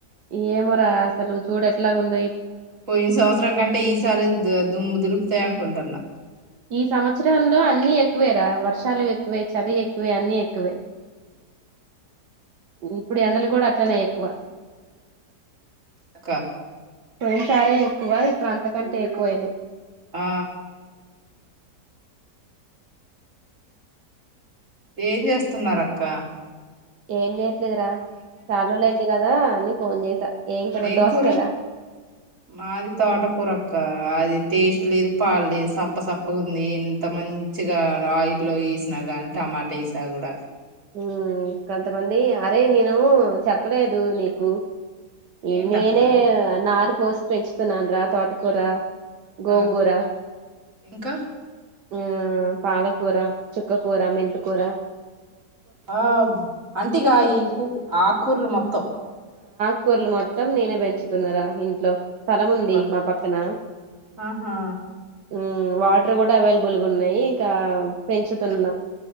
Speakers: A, on the right (about 80°); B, on the right (about 50°).
A: ఏమోరా అసలు చూడు ఎట్లాగుందో
B: పోయిన సంవత్సరం కంటే ఈసారి ద దుమ్ దులుపుతాయి అనుకుంటన్నా
A: ఈ సంవత్సరంలో అన్ని ఎక్కువేరా వర్షాలు ఎక్కువే చలి ఎక్కువే అన్ని ఎక్కువే ఇప్పుడు ఎండలు కూడా అట్టనే ఎక్కువ
B: అక్క
A: పోయిన సారే ఎక్కువ ఇప్పుడు అంతకంటే ఎక్కువయినాయ్
B: ఆ ఏం చేస్ స్తున్నారక్క
A: ఏం చేయ్ లేదురా చాన్ రోజులయిందిగద్ కదా అని ఫోన్ చేసా కర్రీ
B: ఏం
A: దోసకాయరా
B: కూర మాది తోట కూర ఆ అది టేస్ట్ లేదు పాడ్లేదు సప్ప సప్పగా ఉంది ఎంత మంచిగా ఆయిల్లో వేసినా కాగానీ టమాటా వేసా కూడా
A: ఆ కొంత మంది అరే నేను చెప్పలేదు నీకు ఈ
B: ఏంటక్క
A: నేనే నాదే కోసి పెంచుతున్నానురా తోటకూర గోంగూర
B: ఆ ఇంకా
A: ఆ పాలకూర చుక్కకూర మెంత్ కూర
B: వావ్ అంటిగా ఈ కూ ఆకూరలు మొత్తం
A: ఆకూర్లు మొత్తం నేనే పెంచుతున్నారా ఇంట్లో స్థలం ఉంది
B: బ
A: మా పక్కన
B: ఆహా
A: ఊ వాటర్ కూడా అవైలబుల్గున్నాయి ఇకా పెంచుతున్న